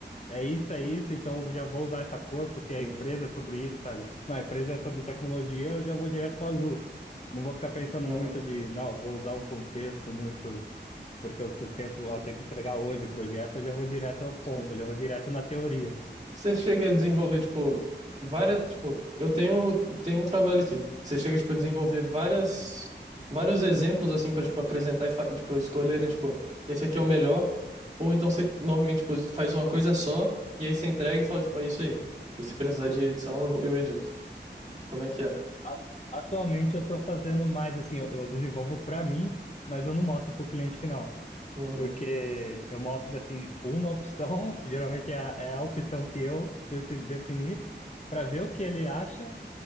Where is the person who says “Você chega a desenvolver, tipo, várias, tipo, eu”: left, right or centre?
Right